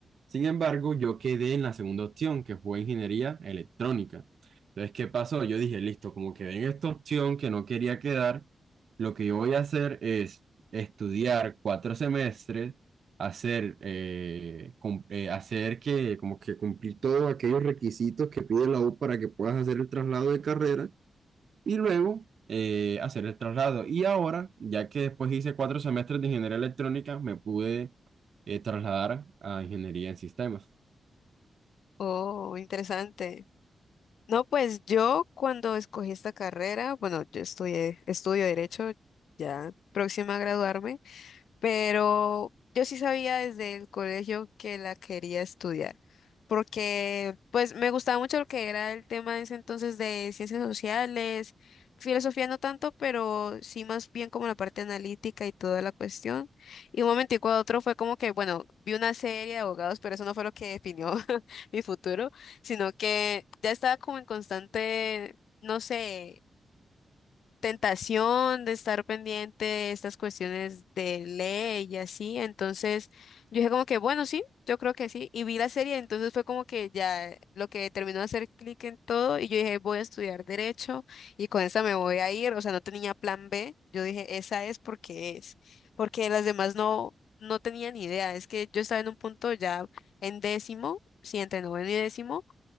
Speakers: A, on the right; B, on the left.
A: Sin embargo, yo quedé en la segunda opción, que fue ingeniería electrónica. Entonces, ¿qué pasó? Yo dije, listo, como quedé en esta opción que no quería quedar, lo que yo voy a hacer es estudiar cuatro semestres, hacer, eh, cum- eh, hacer que, como que cumplir todos aquellos requisitos que pide la U para que puedas hacer el traslado de carrera y luego eh, hacer el traslado. Y ahora, ya que después hice cuatro semestres de ingeniería electrónica, me pude eh, trasladar a ingeniería en sistemas.
B: Oh, interesante. No, pues yo cuando escogí esta carrera, bueno, yo estudié, estudio Derecho, ya próxima a graduarme pero yo sí sabía desde el colegio que la quería estudiar, porque pues me gustaba mucho lo que era el tema de ese entonces de ciencias sociales, filosofía no tanto, pero sí más bien como la parte analítica y toda la cuestión. Y un momentico a otro fue como que, bueno, vi una serie de abogados, pero eso no fue lo que definió <laughs> mi futuro, sino que ya estaba como en constante, no sé tentación de estar pendiente de estas cuestiones de ley y así. Entonces yo dije como que, bueno, sí, yo creo que sí. Y vi la serie, entonces fue como que ya lo que terminó de hacer clic en todo y yo dije, voy a estudiar derecho y con esa me voy a ir. O sea, no tenía plan B. Yo dije, esa es porque es. Porque las demás no, no tenía ni idea. Es que yo estaba en un punto ya en décimo, sí, entre noveno y décimo